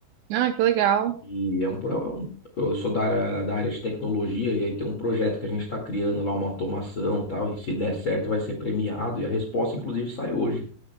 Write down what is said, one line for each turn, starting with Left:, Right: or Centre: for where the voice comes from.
Right: Ah, que legal.
Left: E é um, pro- é um- eu sou da área, da área de tecnologia e aí tem um projeto que a gente tá criando lá uma automação, e tal, e se der certo vai ser premiado e a resposta inclusive sai hoje.